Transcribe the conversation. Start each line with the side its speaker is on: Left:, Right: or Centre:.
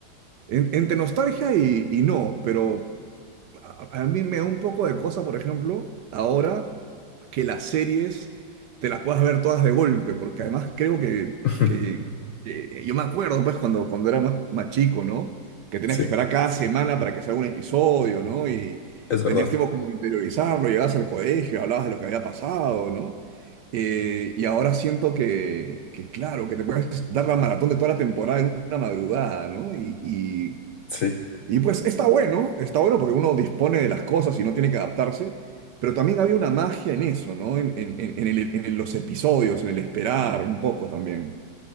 Right: en- entre nostalgia y, y no, pero a, a mí me da un poco de cosa, por ejemplo, ahora que las series te las puedas ver todas de golpe, porque además creo que,
Left: <laughs>
Right: que- que eh, yo me acuerdo, pues, cuando, cuando era más, más chico, ¿no? Que tenías
Left: Sí,
Right: que esperar cada semana para que salga un episodio, ¿no? Y
Left: es verdad.
Right: tenías tiempo como de interiorizarlo, llegabas al colegio, hablabas de lo que había pasado, ¿no? Eh, y ahora siento que, que, claro, que te puedes dar la maratón de toda la temporada en una madrugada, ¿no? Y,
Left: Sí.
Right: y pues está bueno, está bueno porque uno dispone de las cosas y no tiene que adaptarse, pero también había una magia en eso, ¿no? En, en- en- en el- en los episodios, en el esperar un poco también.